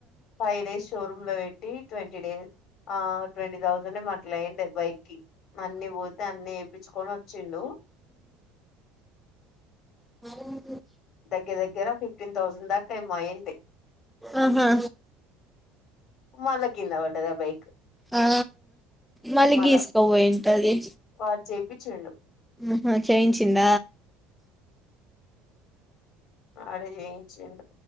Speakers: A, on the left; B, in the centre.
A: ఫైవ్డేస్ షోరూమ్ లో పెట్ ట్టీ ట్వంటీ డేస్ ఆ ట్వంటీ థౌసండ్ ఏమొ అట్లాయ్యుండె బైక్కిి అన్ని పోతే అన్ని పించుకొనిచ్చిండు
B: అవును
A: దగ్గ దగ్గర ఫిఫటీన్ తౌసండ్ దాకా ఏమో అయింది
B: ఆహా
A: మళ్ళ కింద పడ్డది ఆ బైక్
B: ఆ మళ్ళీ
A: మళ్ళా
B: గీసుకోపోయింటది
A: వారు చేపి చుండు
B: ఆహా చెైయించి చింద
A: ఆడ చేయించుఉండు